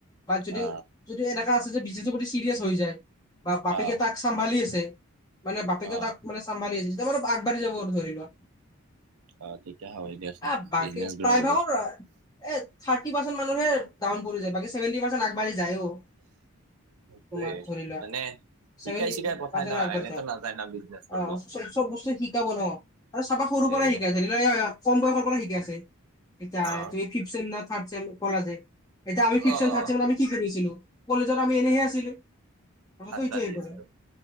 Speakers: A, on the left; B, on the right.
A: বা যদি-যদি
B: অ
A: এনেকা আছে যে বিজনেজ প্ৰতি চিৰিয়াছ হৈ যায়, বা বাপেকে
B: অ
A: তাক তাক চম্ভালি আছে মানে বাপেকে
B: অ
A: তাক মানে চম্ভালি আছে যেতিয়া মানে আগবাঢ়ি যাব আৰু ধৰি লোৱা।
B: অ, তেতিয়া হয় দেয়াচোন
A: আহ বাকী
B: বিজনেচ
A: প্ৰায়ভাগৰ
B: গ্ৰ' হ'ব।
A: এ থাৰ্টি পাৰ্চেণ্ট মানুহে ডাউন পৰি যায়, বাকী ছেভেণ্টি পাৰ্চেণ্ট আগবাঢ়ি যায়ও।
B: সেইটোৱেই,
A: তোমাৰ ধৰি লোৱা
B: মানে শিকাই
A: ছেভেন্টি
B: চিকাই পঠাই
A: পাৰ্চেণ্ট
B: ন'
A: আগবাঢ়ি
B: এনেতো
A: যায়
B: নাজায় ন' বিজনেচ কৰিব।
A: অ চব চব বস্তু শিকাব ন আৰু চাবা সৰুৰ
B: সেয়ে
A: পৰাই শিকাইছে কম বয়সৰ পৰা শিকাই আছে ইটা।
B: অ
A: শিনা থ্ৰাদ ছেম কলা যে, ইটা থ্ৰাদ ছেম
B: অ
A: ফিভ
B: অ
A: ছেম আমি কি কৰিছিলো কলেজত আমি এনেহে আছিলো কথাটো
B: আড্ডা
A: এইটোয় আহি
B: দি
A: পৰে।
B: আছিলো